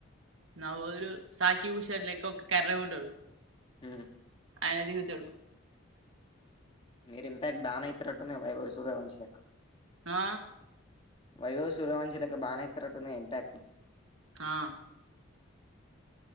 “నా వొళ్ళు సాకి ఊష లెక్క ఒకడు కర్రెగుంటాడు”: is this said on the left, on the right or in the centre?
Right